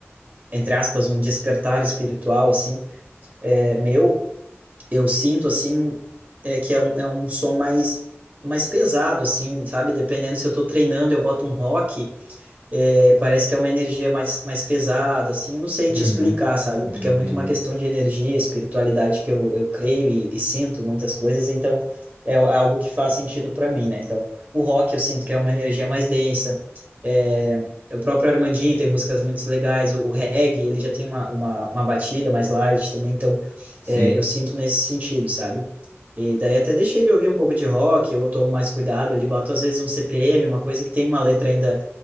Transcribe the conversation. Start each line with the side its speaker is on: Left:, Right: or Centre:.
Right: entre aspas, um despertar espiritual, assim, é, meu, eu sinto, assim, é, que é um, é um som mais, mais pesado, assim, sabe? Dependendo se eu tô treinando, eu boto um rock, é, parece que é uma energia mais, mais pesada, assim, eu não sei te
Left: Uhum.
Right: explicar, sabe?
Left: Uhum,
Right: Porque é
Left: entendi.
Right: muito uma questão de energia, espiritualidade que eu, eu creio e, e sinto muitas coisas, então é é algo que faz sentido para mim, né? Então, o rock eu sinto que é uma energia mais densa, é, o próprio Armandinho tem músicas muito legais, o, o reggae, ele já tem uma, uma, uma batida mais light também, então
Left: Sim.
Right: é, eu sinto nesse sentido, sabe? E daí até deixei de ouvir um pouco de rock, eu tomo mais cuidado ali, boto às vezes um CPM, uma coisa que tem uma letra ainda